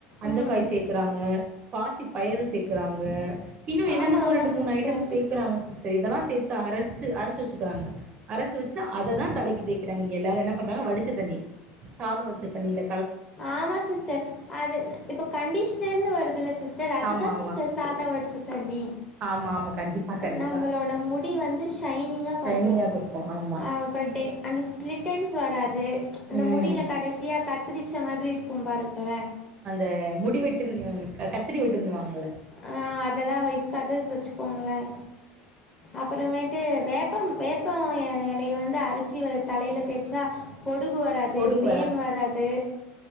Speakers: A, on the right; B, on the left.
A: அந்த
B: ம்
A: காய் சேர்க்கறாங்க பாசி பயர் சேர்க்கறாங்க இன்னும் என்னன்னோ
B: ஆமாம் ஆமாம்
A: ரெண்டு மூணு
B: சிஸ்டர்
A: ஐட்டம் சேக்றாங்க சிஸடர் இதெல்லாம் சேர்த்து அரைச்சு அரைச்சு வச்சுக்காங்க அரைச்சு வச்சு அத தான் தலைக்கு தேக்கிறாங்க எல்லாரும் என்ன பண்றாங்க வடிச் டிச்ச தண்ணி சாதம் வடிச்ச தண்ணி இல
B: ஆமா சிஸ்டர் அது இப்ப கண்டிஷனர்ன்னு வருது இல்ல சிஸ்டர் அதுதான்
A: ஆமா ஆமா
B: சிஸ்டர் சாதம் வடிச்ச தண்ணி
A: ஆமா ஆமா கண்டிப்பா கண்டிப்பா
B: நம்மளோட முடி வந்து ஷைனிங்கா
A: ஷைனிங்கா
B: காட்டும்
A: குடுக்கு ஆமா
B: ஆஹ் அப்பறம் டே அந்த ஸ்பிலிட்டன்ஸ் வராது அந்த
A: ம்
B: முடியில கடைசியா கத்ரி பிச்ச மாதிரி இருக்கும் பாருக்குல
A: அந்த முடி வெட்டின் கத்திரி வெட் டுனு வாங்கள
B: ஆஹ் அதெல்லாம் இதுக்கது வச்சுக்குவாங்களன் அப்பறமேட்டு வேப்பம் வேப்ப ய <unintelligible> நிலையை வந்து அரைச்சி தலையில தேய்ச்சா பொடுகு வராது
A: பொடுகு
B: பேன் வராது